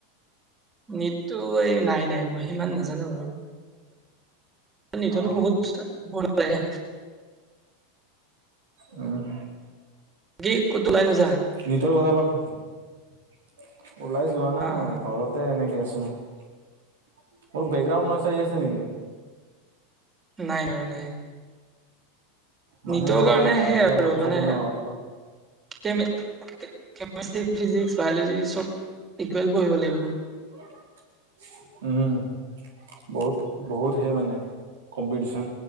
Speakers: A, on the right (about 20°); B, on the right (about 70°).
A: নীটটো এই নাই নাই মই সিমান নাজানো আৰু নিটো
B: অ
A: বহুত পঢ়িব লাগে
B: উম
A: কি ক'তো ওলাই নাজা
B: নিতৰ কথা অলপ ওলাই যোৱা নাই
A: অ', অ'।
B: ঘৰত এনেকে আছো মোৰ বেকগ্ৰাৰাউণ্ড নাচ আহি আছে নেকি
A: নাই নাই নাই
B: মানে
A: নিতৰ
B: ইয়াতে
A: কাৰণে
B: ভাড়াতীয়া
A: সেইয়া আৰু
B: থাকে
A: মানে
B: ন অলপমান
A: কেমেষ্ট্ৰি ফিজিক্স বায়লজি চব ইকুৱেল পঢ়িব লাগিব
B: উ <inaudible> উম বহুত বহুত সেই মানে কম্পিটিচন